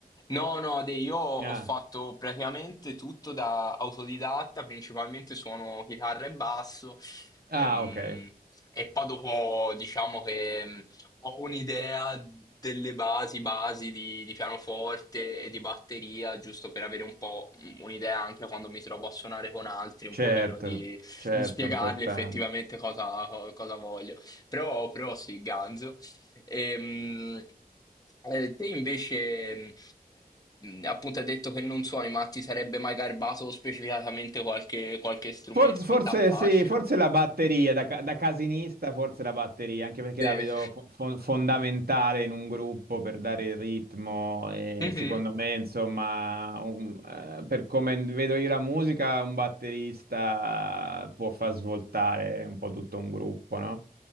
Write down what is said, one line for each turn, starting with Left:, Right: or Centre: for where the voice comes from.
Left: No, no, dei- io ho
Right: Ah,
Left: fatto praticamente tutto da autodidatta, principalmente suono chitarra e basso, ehm,
Right: ah, ok,
Left: e poi dopo diciamo che mh, ho un'idea delle basi, basi di, di pianoforte e di batteria, giusto per avere un po' mh, un'idea anche quando mi trovo a suonare con altri, un
Right: certo,
Left: pochino di,
Right: certo,
Left: di spiegargli
Right: importante.
Left: effettivamente cosa, co- cosa voglio. Però, però sì, ganzo. Ehm, eh, te invece ehm, eh, appunto ha detto che non suoni, ma ti sarebbe mai garbato specificatamente qualche, qualche strumento
Right: Forse, forse
Left: che ti affascina?
Right: sì, forse la batteria, da, ca- da casinista forse la batteria, anche perché
Left: De-
Right: la vedo fo- fon- fondamentale in un gruppo per dare il ritmo e
Left: Mhm.
Right: secondo me, insomma, un- eh, per come vedo io la musica, un batterista può far svoltare un po' tutto un gruppo, no?